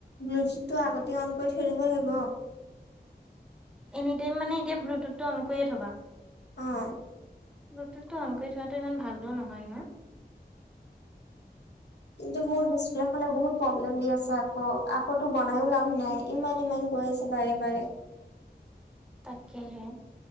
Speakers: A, on the left; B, in the centre.
A: ব্লুটুথটো আগতে অন কৰি থৈদিব লাগিব।
B: এনি টাইম মানে এতিয়া ব্লুটুথটো অন কৰিয়ে থবা।
A: অহ।
B: গোটতটো অন কৰি থোৱাটো ইমান ভালো নহয় ন?
A: কিন্তু মোৰ ডিচপ্লেখনে বহুত প্ৰব্লেম দি আছে, আকৌ আকৌ বনাইো লাভ নাই ইমান ইমান গৈ আছে বাৰে বাৰে।
B: তাকেহে।